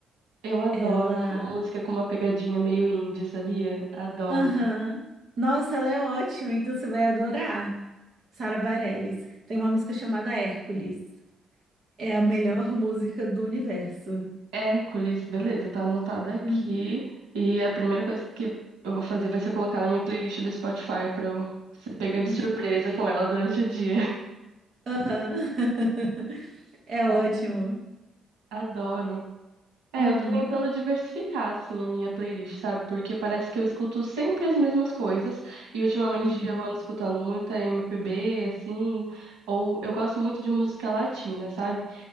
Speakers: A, on the right; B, on the right.
A: Eu adoro
B: Ela,
A: uma música com uma pegadinha meio indie, sabia? Adoro.
B: aham. Nossa, ela é ótima, então você vai adorar. Sara Bareilles. Tem uma música chamada Hércules. É a melhor música do universo.
A: Hércules, beleza, tá anotada aqui.
B: Uhum.
A: E a primeira coisa que eu vou fazer vai ser colocar na minha playlist do Spotify pra eu ser pega de
B: <laughs>
A: surpresa com ela durante o dia.
B: Aham. <laughs>
A: <laughs>
B: É ótimo.
A: A- Adoro. É,
B: Uhum,
A: eu tô tentando diversificar, assim, a minha playlist, sabe? Porque parece que eu escuto sempre as mesmas coisas. E ultimamente
B: uhum,
A: eu ando escutando muita MPB, assim. Ou eu gosto muito de música latina, sabe?